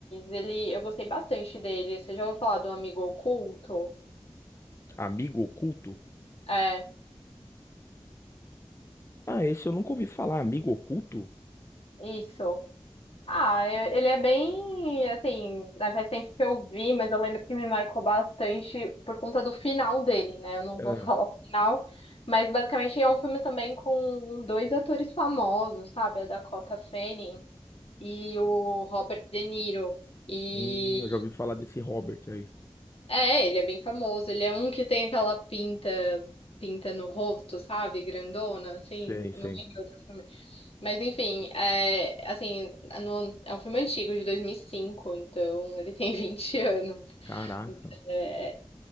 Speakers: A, on the left (about 80°); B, on the left (about 25°).
A: ele, eu gostei bastante dele. Você já ouviu falar do Amigo Oculto?
B: Amigo Oculto?
A: É,
B: Ah, esse eu nunca ouvi falar. Amigo Oculto?
A: isso. Ah, eu- ele é bem, assim, né, faz tempo que eu vi, mas eu lembro que me marcou bastante por conta do final dele, né? Eu não
B: É.
A: vou <laughs> falar o final, mas basicamente é um filme também com dois atores famosos, sabe? A Dakota Fanning e o Robert De Niro. E,
B: Hum, eu já ouvi falar desse Robert aí.
A: é, ele é bem famoso. Ele é um que tem aquela pinta, pinta no rosto, sabe? Grandona, assim.
B: Sei,
A: Eu
B: sei.
A: não lembro outro filme. Mas enfim, é, assim, no- é um filme antigo, de 2005, então ele tem <laughs> 20 anos.
B: Caraca.
A: É,